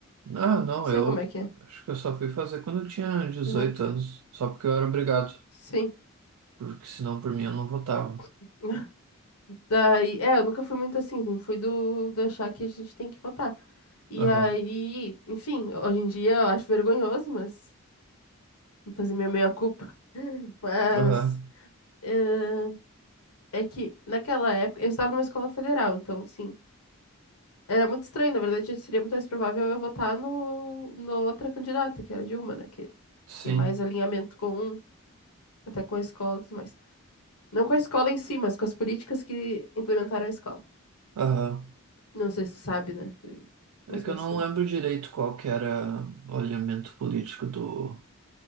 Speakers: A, on the right; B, on the left.
A: Ah, não,
B: sei
A: eu
B: como é que é.
A: acho que eu só fui fazer quando eu tinha 18
B: Aham.
A: anos. Só porque eu era obrigado.
B: Sim.
A: Porque senão por mim eu não votava.
B: <laughs> Daí, é, eu nunca fui muito assim, assim, fui do, do achar que a gente tem que votar. E
A: Aham,
B: aí, enfim, hoje em dia eu acho vergonhoso, mas vou fazer minha meia-culpa. <laughs> Mas.
A: aham,
B: eh, É que naquela época eu estava numa escola federal, então assim, era muito estranho, na verdade seria muito mais provável eu votar no, no outra candidata, que era Dilma, né, que
A: sim.
B: tem mais alinhamento com um, até com a escola e tudo mais. Não com a escola em si, mas com as políticas que implementaram a escola.
A: Aham.
B: Não sei se tu sabe, né? tu-
A: É
B: Mais
A: que
B: ou menos,
A: eu não
B: né?
A: lembro direito qual que era o alinhamento político do,